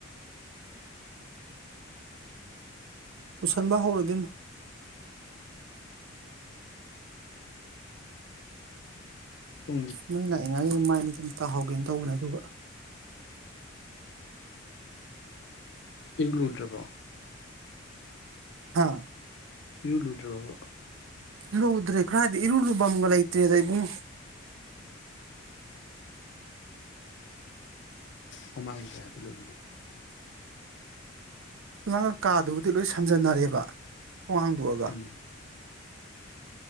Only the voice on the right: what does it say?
ꯄꯨꯁꯟꯕ ꯍꯧꯔꫭ ꯏꯕꯦꯝꯃ
ꯃꯩ ꯂꯥꯛꯏꯉꯥꯏꯒꯤ ꯃꯥꯏ ꯃꯤꯠ ꯇꯥꯍꯧꯒꯦ ꯇꯧꯅꯦ ꯑꯗꯨꯒ
ꯑꯥ
ꯂꯨꯗ꯭ꯔꯦ ꯀꯥꯏꯗꯩ ꯏꯔꯨ ꯂꯨꯕꯝꯒ ꯂꯩꯇꯔꯦꯗ ꯏꯕꯨꯡꯉꫭ
ꯅꯪꯅ ꯀꯥꯗꯨꯕꯨꯗꯤ ꯂꯣꯏ ꯁꯝꯖꯟꯅꯔꯦꯕ ꯊꯣꯡ ꯍꯥꯡꯗꯣꯛꯑꯒ